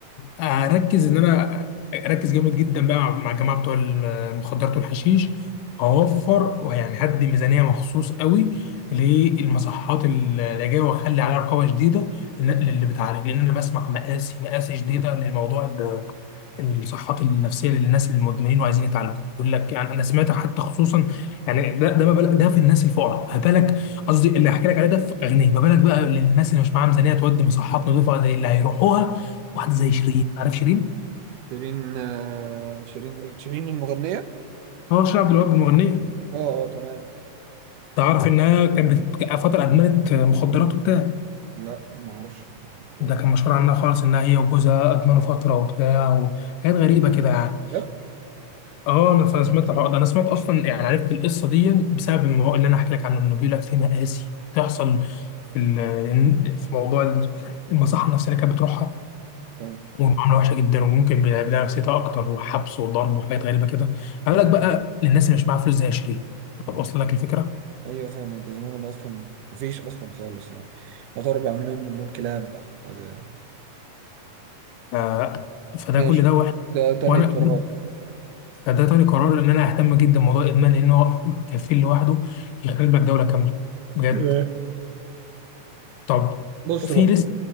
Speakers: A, on the left; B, on the right.
A: هركز ان انا اركز جامد جدا بقى مع مع الجماعه بتوع المخدرات والحشيش اوفر ويعني هدي ميزانيه مخصوص قوي للمصحات اللي جايه واخلي عليها رقابه شديده للي بتعالج لان انا بسمع مقاسي مقاسي شديده للموضوع الصحات النفسيه للناس المدمنين وعايزين يتعالجوا يقول لك يعني انا سمعت حتى خصوصا يعني ده ده ما بالك ده في الناس الفقراء ما بالك قصدي اللي هحكي لك عليه ده في اغنيه ما بالك بقى للناس اللي مش معاها ميزانيه تودي مصحات نظيفه زي اللي هيروحوها واحده زي شيرين عارف شيرين؟
B: شيرين آه، شيرين إيه؟ شيرين المغنية
A: اه شيرين عبد الوهاب المغنيه
B: اه اه تمام
A: تعرف انها كانت بت- فتره ادمنت مخدرات وبتاع
B: لا ما اعرفش الموضوع
A: ده
B: ده
A: كان مشهور عنها خالص انها هي وجوزها ادمنوا فتره وبتاع وحاجات غريبه كده يعني
B: بجد
A: اه انا فا- سمعت الحوار ده انا سمعت اصلا يعني عرفت القصه دي بسبب الموضوع اللي انا هحكي لك عنه انه بيقول لك في مآسي بتحصل في ال- في موضوع المصحه النفسيه اللي كانت بتروحها
B: تمام
A: ومعامله وحشه جدا وممكن بيلعب لها نفسيتها اكتر وحبس وضرب وحاجات غريبه كده قال لك بقى للناس اللي مش معاها فلوس زي شيرين واصل لك الفكره
B: ايوه فاهمك ده زمانهم اصلا مفيش اصلا خالص يعني يا ترى بيعملوا منهم كلاب أو حاجه يعني
A: ف... فده
B: ماشي
A: كل ده واحد
B: ده تاني
A: وانا
B: قرار
A: <clears throat> فده تاني قرار ان انا اهتم جدا بموضوع الادمان لان هو كفيل لوحده يخرب لك دوله كامله بجد
B: تمام
A: طب
B: بص
A: في
B: بقى
A: لسه